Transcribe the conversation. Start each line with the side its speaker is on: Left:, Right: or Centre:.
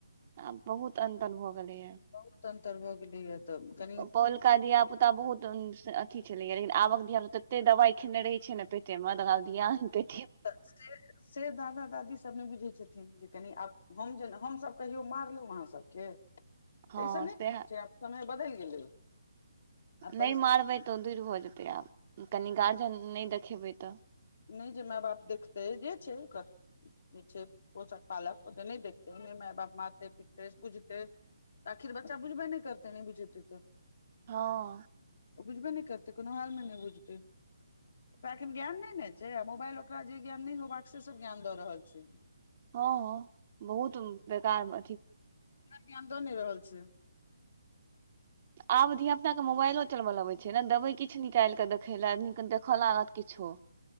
Right: आब बहुत अन्तर भऽ गेलैया
Left: बहुत अन्तर भऽ गेलैया तऽ कनी
Right: पहुलका धिया-पु- ता बहुत स अथि छेलैया लेकिन आबक धिया-पुता तत्ते दवाई खेने रहे छै ने पेटेमे त ओकरा धियान हेतै
Left: त से से दादा-दादी सब नै बुझै छथिन जे कनि आब हम जेना हमसभ कहियो मारलहु अहाँ सबके त
Right: हँ
Left: ईसभ नहि
Right: सएह
Left: न होय छै आब समय बदैल गेलै आ परिस्थिति
Right: नै मारबै तऽ ओ दूइर भऽ जेतै आब कनि गार्जन नहि देखेबै तऽ
Left: नहि जे मै बाप देखतै जे छै ओकर जे छै पोषक पालक ओ त नय देखतै नइ मै बाप मारतै पीटतै पूजतै आखिर बच्चा बुझबै नय करतै नय बुझेतै तऽ
Right: हँ
Left: ओ बुझबे नय करतै कोनो हाल में नय बुझतै ओकरा एखन ज्ञान नय न छै मोबाइल ओकरा जे ज्ञान नय होबाक से सब ज्ञान दऽ रहल छै
Right: हँ हँ बहुत बेकार में
Left: ज्ञान दऽ नय रहल छै
Right: आब धिया पुता के मोबाइलो चलबल अबै छै ने देबै किछ निकाइल कऽ देखए लेए नीक देखअ लागत किछो